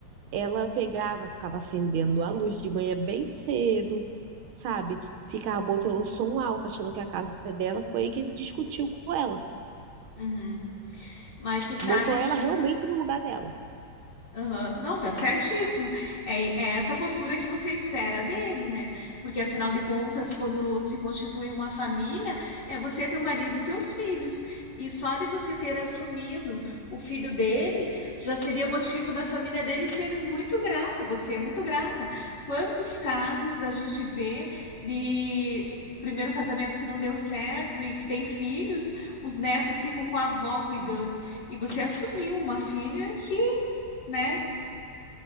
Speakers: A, on the right; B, on the left.
A: ela pegava, ficava acendendo a luz de manhã bem cedo, sabe? Ficava botando um som alto, achando que a casa é dela. Foi aí que ele discutiu com ela.
B: Uhum. Mas você sabe
A: Botou ela
B: que
A: realmente no lugar dela.
B: Aham. Não, tá certíssimo. É, é essa postura que você espera dele, né? Porque afinal de contas, quando se constitui uma família, é você, teu marido e teus filhos. E só de você ter assumido o filho dele, já seria motivo da família dele ser muito grata, você é muito grata. Quantos casos a gente vê de primeiro casamento que não deu certo e que tem filhos, os netos ficam com a avó cuidando, e você assumiu uma filha que, né?